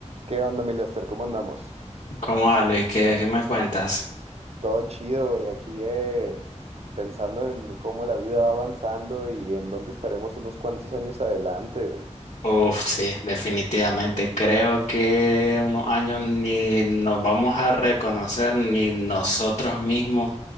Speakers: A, on the right (about 55°); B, on the left (about 75°).
A: ¿Qué onda, mi Lester? ¿Cómo andamos?
B: ¿Cómo va, Luis? ¿Qué, qué me cuentas?
A: Todo chido, güey. Aquí eh, pensando en cómo la vida va avanzando y en dónde estaremos unos cuantos años adelante, güey.
B: Uf, sí, definitivamente. Creo que unos años ni nos vamos a reconocer, ni nosotros mismos